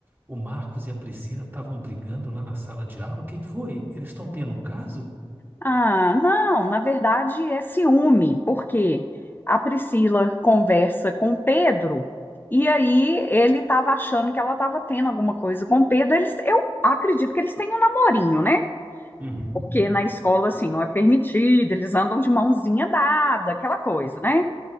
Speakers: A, on the right (about 20°); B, on the left (about 20°).
A: o Marcos e a Priscila estavam brigando lá na sala de aula. O que que foi? Eles estão tendo um caso?
B: Ah, não, na verdade é ciúme, porque a Priscila conversa com o Pedro e aí ele estava achando que ela estava tendo alguma coisa com o Pedro. Eles, eu acredito que eles têm um namorinho, né?
A: Uhum.
B: porque na escola, assim, não é permitido, eles andam de mãozinha dada, aquela coisa, né?